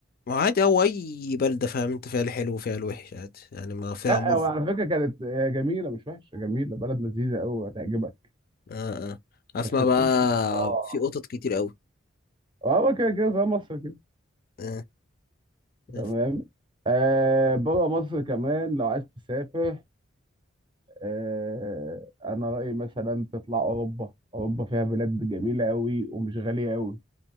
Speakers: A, on the left; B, on the right.
A: ما عادي أو أي بلدة فاهم أنت فيها الحلو وفيها الوحش عادي يعني ما فيها
B: لا
A: مصر
B: وعلى فكرة كانت جميلة مش وحشة جميلة بلد لذيذة أوي هتعجبك
A: آه آه أسمع
B: بس تخش
A: بقى
B: في آه
A: في قطط كتير أوي
B: آه كده كده زي مصر كده
A: آه آه.
B: تمام آه بره مصر كمان لو عايز تسافر آه أنا رأيي مثلا تطلع أوروبا أوروبا فيها بلاد جميلة أوي ومش غالية أوي